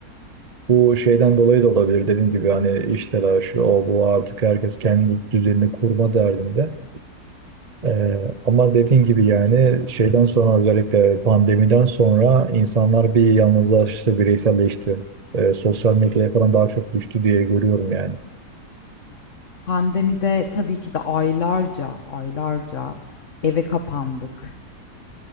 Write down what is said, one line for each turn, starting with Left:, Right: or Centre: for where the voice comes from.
Right: bu şeyden dolayı da olabilir dediğim gibi hani iş telaşı o bu artık herkes kendi düzenini kurma derdinde. Ee, ama dediğin gibi yani şeyden sonra özellikle pandemiden sonra insanlar bir yalnızlaştı, bireyselleşti. Ee, sosyal medyaya falan daha çok düştü diye görüyorum yani.
Left: Pandemide tabii ki de aylarca, aylarca eve kapandık.